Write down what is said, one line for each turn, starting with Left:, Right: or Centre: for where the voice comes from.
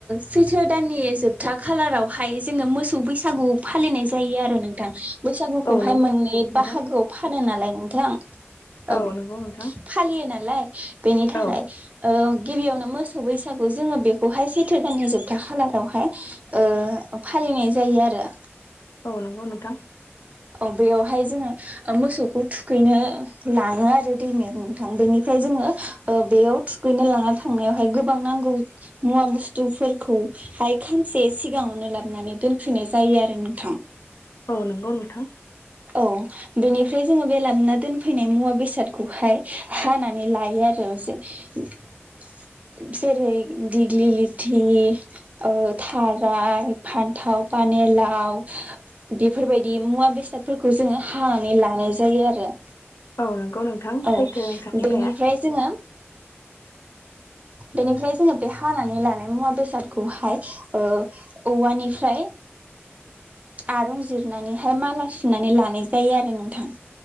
Right: सैथो दाननि जोबथा खालारावहाय जोङो मोसौ बैसागु फालिनाय जायो आरो नोंथां। बैसागुखौहाय
Left: औ नंगौ
Right: मोननै
Left: नोंथां
Right: बाहागोआव फानो नालाय नोंथां
Left: औ
Right: ओब
Left: नंगौ नोंथां
Right: फालियो नालाय <inaudible> बेनि थाखाय
Left: औ
Right: ओ गिबियावनो मोसौ बैसागु जोङो बेखौहाय सैथो दाननि जोबथा खालारावहाय ओ फालिनाय जायो आरो।
Left: औ नंगौ नोंथां।
Right: औ बेयावहाय जोङो ओ मोसौखौ थुखैनो लाङो आरो दैमायाव नोंथां बेनिफ्राय जोङो बेयाव थुखैनो लाना थांनायावहाय गोबां नांगौ मुवा बुस्थुफोरखौहाय खानसे सिगाङावनो लाबोनानै दोनफैनाय जायो आरो नोंथां।
Left: औ नोंगौ नोंथां।
Right: औ बेनिफ्राय जोङो बे लाबना दोनफैनाय मुवा बेसादखौहाय हानानै लायो आरो जे-जेरै दिग्लि लिथि ओ थाराय फान्थाव पानिलाव बेफोरबायदि मुवा बे बेसादफोरखौ जोङो हानानै लानाय जायो आरो।
Left: औ नंगौ नोंथां
Right: औ
Left: सैथो नोंथां बुंनाया।
Right: बेनिफ्राय जोङो बेनिफ्राय जोङो बे हानानै लानाय मुवा बेसादखौहाय ओ औवानिफ्राय आरंजिरनानैहाय मााला सुनानै लानाय जायो आरो नोंथां।